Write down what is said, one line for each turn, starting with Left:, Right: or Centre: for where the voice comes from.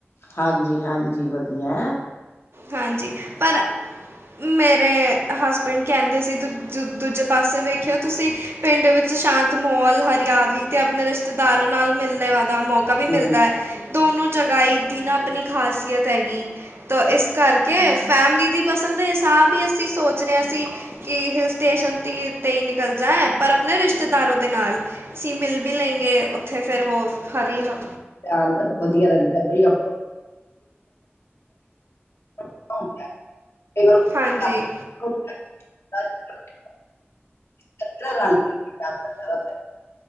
Left: ਹਾਂਜੀ-ਹਾਂਜੀ, ਵਧੀਯਾ
Right: ਹਾਂਜੀ ਪਰ ਮੇਰੇ ਹਸਬੈਂਡ ਕੈਂਦੇ ਸੀ, ਦੂ ਦੂ ਦੂਜੇ ਪਾਸੇ ਵੇਖੇਔ ਤੁਸੀ। ਪਿੰਡ ਵਿੱਚ ਸ਼ਾਂਤ ਮਹੋਲ ਹਰਿਆਲੀ ਤੇ ਅਪਨੇ ਰਿਸ਼ਤੇਦਾਰੋ ਨਾਲ ਮਿਲਣੇ ਵਾਦਾ ਮੌਕਾ ਵੀ
Left: ਹਮ
Right: ਮਿਲਦਾ ਐ। ਦੋਨੋ ਜਗਾ ਈ ਦੀਨਾ ਅਪਨੀ ਖ਼ਾਸੀਅਤ ਹੈਗੀ। ਤਾਂ ਇਸ ਕਰਕੇ, ਫੈਮਲੀ ਦੀ ਪਸੰਦ ਦੇ ਹਿਸਾਬ ਈ ਅਸੀ ਸੋਚ ਰੇ ਆਂ ਅਸੀ ਕਿ ਹਿਲ ਸਟੇਸ਼ਨ ਤੀ ਤੇ ਈ ਤੇ ਨਿਕਲ ਜਾ ਪਰ ਅਪਨੇ ਰਿਸ਼ਤੇਦਾਰੋ ਦੇ ਨਾਲ। ਸੀ ਮਿਲ ਬੀ ਲੇਂਗੇ ਔਥੇ ਫੇਰ ਵੋਫ ਹਰੀ ਹ
Left: ਆਂਦੈ ਨਾ ਵਦਿਯਾ ਰੈਂਦਾ ਬ ਈ <unintelligible> ਪਤਾ ਹੋਂਦੈ, ਕ ਈ ਵਾਰ ਕੋ ਈ
Right: ਹਾਂਜੀ
Left: ਚੀ ਜ ਨਾ <unintelligible> <unintelligible> <unintelligible>